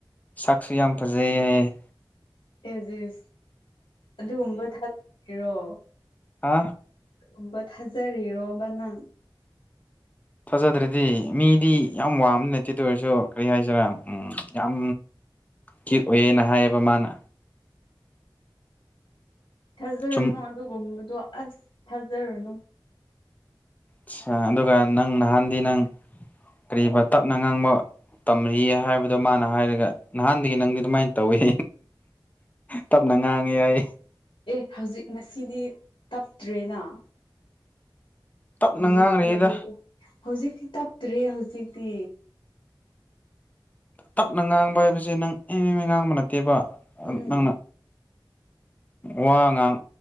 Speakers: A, on the left (about 20°); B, on the left (about 85°).
A: ꯁꯥꯛꯁꯨ ꯌꯥꯝ ꯐꯖꯩ ꯍꯥꯏꯌꯦ
B: ꯏꯁ ꯏꯁ ꯑꯗꯨꯒꯨꯝꯕ ꯊꯥꯖꯒꯦꯔꯣ
A: ꯍꯥ
B: ꯀꯨꯝꯕ ꯊꯥꯖꯔꯤꯔꯣꯕ ꯅꯪ
A: ꯊꯖꯗ꯭ꯔꯗꯤ ꯃꯤꯗꯤ ꯌꯥꯝ ꯋꯥꯡꯕ ꯅꯠꯇꯦ ꯑꯗꯨ ꯑꯣꯏꯔꯁꯨ ꯀꯔꯤ ꯍꯥꯏꯁꯤꯔꯥ ꯎꯝ ꯌꯥꯝ ꯀꯤꯠ ꯑꯣꯏꯌꯦꯅ ꯍꯥꯏꯌꯦꯕ ꯃꯥꯅ
B: ꯊꯥꯖꯔꯅꯨ
A: ꯆꯨꯝ
B: ꯑꯗꯨꯒꯨꯝꯕꯗꯣ ꯑꯁ ꯊꯥꯖꯔꯨꯅꯨ
A: ꯑꯁ ꯑꯗꯨꯒ ꯅꯪ ꯅꯍꯥꯟꯗꯤ ꯅꯪ ꯀꯔꯤꯕ ꯇꯞꯅ ꯉꯥꯡꯕ ꯇꯝꯔꯤꯌꯦ ꯍꯥꯏꯕꯗꯣ ꯃꯥꯅ ꯍꯥꯏꯔꯒ ꯅꯍꯥꯟꯗꯒꯤ ꯅꯪꯗꯤ ꯑꯗꯨꯃꯥꯏꯅ ꯇꯧꯏ ꯇꯞꯅ ꯉꯥꯡꯉꯦ ꯍꯥꯏꯌꯦ
B: ꯑꯦ ꯍꯧꯖꯤꯛ ꯉꯁꯤꯗꯤ ꯇꯞꯇ꯭ꯔꯦꯅ
A: ꯇꯞꯅ
B: ꯍꯧꯖꯤꯛꯇꯤ
A: ꯉꯥꯡꯔꯤꯗ
B: ꯍꯧꯖꯤꯛꯇꯤ ꯍꯧꯖꯤꯛꯇꯤ ꯇꯞꯇ꯭ꯔꯦ ꯍꯧꯖꯤꯛꯇꯤ
A: ꯇꯞꯅ ꯉꯥꯡꯕ ꯍꯥꯏꯕꯁꯦ ꯅꯪ ꯑꯦ ꯃꯤ ꯃꯤ ꯉꯥꯡꯕ ꯅꯠꯇꯦꯕ
B: ꯎꯝ
A: ꯅꯪꯅ ꯋꯥ ꯉꯥꯡ